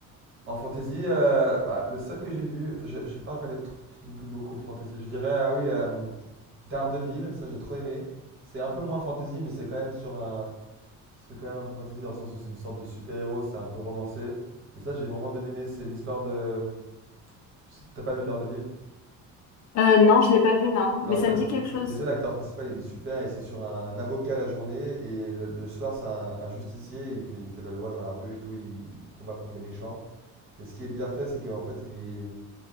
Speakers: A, on the right; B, on the left.
A: En fantasy, euh, bah, le seul que j'ai vu, enfin, j'ai j'ai pas regardé tr- tr- non plus beaucoup de fantasy. Je dirais, ah oui, euh, Daredevil, ça j'ai trop aimé. C'est un peu moins fantasy, mais c'est quand même sur un, c'est quand même un peu fantasy dans le sens où c'est une sorte de super-héros, c'est un peu romancé. Et ça, j'ai vraiment bien aimé. C'est l'histoire de, je sais- t'as pas vu Daredevil?
B: Euh, non, je l'ai pas vu, non.
A: Alors,
B: Mais ça
A: ça-
B: me
A: d-
B: dit quelque chose.
A: d- déjà, l'acteur principal, il est super, et c'est sur un avocat la journée, et le, le soir, c'est un, un justicier, il fait, il fait la loi dans la rue et tout, il, il combat contre les méchants. Et ce qui est bien fait, c'est qu'en fait, il est,